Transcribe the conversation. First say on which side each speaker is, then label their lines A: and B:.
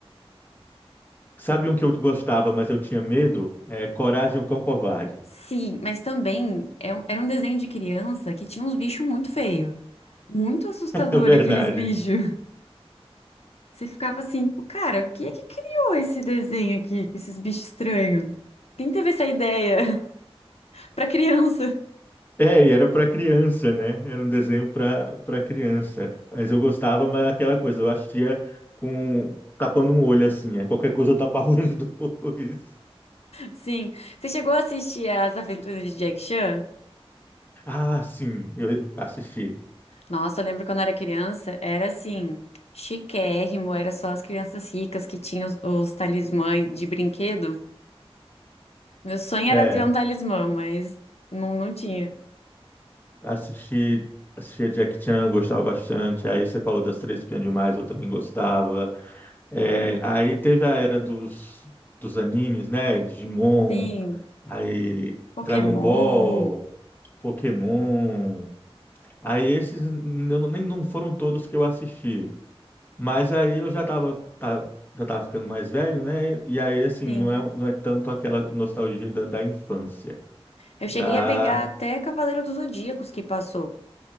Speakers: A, on the left; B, on the left.
A: Sabe um que eu gostava, mas eu tinha medo? É Coragem, o Cão Covarde.
B: Sim, mas também é um- era um desenho de criança que tinha uns bichos muito feios. Muito assustador
A: <laughs> É verdade.
B: aqueles bichos. <laughs> Você ficava assim, tipo, cara, quem é que criou esse desenho aqui, com esses bichos estranhos? Quem teve essa ideia? <laughs> Pra criança.
A: É, e era para criança, né? Era um desenho para para criança. Mas eu gostava, mas aquela coisa, eu assistia com tapando um olho assim, aí qualquer coisa eu tapava os <laughs> dois.
B: Sim. Você chegou a assistir As Aventuras de Jack Chan?
A: Ah, sim, eu assisti.
B: Nossa, eu lembro quando eu era criança, era assim, chiquérrimo, era só as crianças ricas que tinham os, os talismãs de brinquedo. Meu sonho
A: É,
B: era ter um talismã, mas não, não tinha.
A: assisti, assistia Jack Chan, gostava bastante. Aí você falou das Três Espiãs Demais, eu também gostava. É, aí teve a era dos dos animes, né? Digimon,
B: Sim.
A: aí
B: Pokémon,
A: Dragon Ball, Pokémon. Aí esses n- eu não- nem não foram todos que eu assisti, mas aí eu já estava já tava ficando mais velho, né? E aí assim,
B: sim.
A: não é não é tanto aquela nostalgia da, da infância,
B: Eu
A: da
B: cheguei a pegar até Cavaleiro dos Zodíacos que passou,